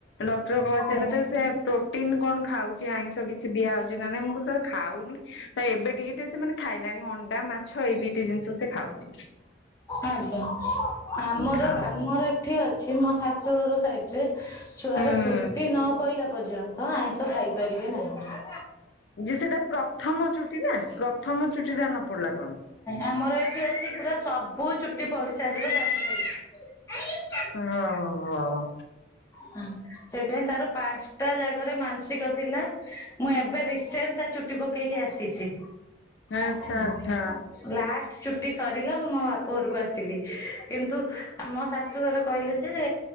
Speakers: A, on the left (about 70°); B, on the left (about 15°).
A: ଡକ୍ଟର ପଚାରିଲା
B: ଆଚ୍ଛା।
A: ତ ସେ ପ୍ରୋଟିନ୍ କଣ ଖାଉଚି? ଆଇଁଷ କିଛି ଦିଆହେଉଚି ନା ନାଇଁ, ମୁଁ କହିଲି ତ ଖାଉନି ତ ଏବେ ଟିକେ ଟିକେ ସେ ମାନେ ଖାଇଲାଣି। ଅଣ୍ଡା, ମାଛ ଏଇ ଦିଟି ଜିନିଷ ସେ ଖାଉଛି।
B: ଆଜ୍ଞା। ଆମର,
A: ଖାଉଛି
B: ଆମ ଏଠି ଅଛି ମୋ ଶାଶୁଘର ସାଇଡ୍ ରେ, ଛୁଆର
A: ହୁଁ।
B: ଚୁଟି ନ ପଇଲା ପର୍ଯ୍ୟନ୍ତ ଆଇଁ ଷ ଖାଇପାରିବେ ନାହିଁ।
A: ଯେ ସେଟା ପ୍ରଥମ ଚୁଟି ନା, ପ୍ରଥମ ଚୁଟି ଟା ନ ପଡିଲା ପ
B: ଆମର ଏଠି ଅଛି ପୁରା ସବୁ ଚୁଟି ପଡି ସାରିବ, ତାପରେ ଖାଇବ।
A: ହଁ ହଁ।
B: ହୁଁ, ସେଇଥି ପାଇଁ ତାର ପାଞ୍ଚଟା ଜାଗାରେ ମାନସିକ ଥିଲା ମୁଁ ଏବେ ରିସେଣ୍ଟ ତା ଚୁଟି ପକେଇକି ଆସିଚି।
A: ଆଚ୍ଛା
B: ହୁଁ
A: ଆଚ୍ଛା
B: ହୁଁ ଲାଷ୍ଟ ଚୁଟି ସରିଲା, ମୁଁ ମୋ ବାପ ଘରକୁ ଆସିଲି କିନ୍ତୁ ଆ ମୋ ଶାଶୁଘର କହିଲେ ଯେ,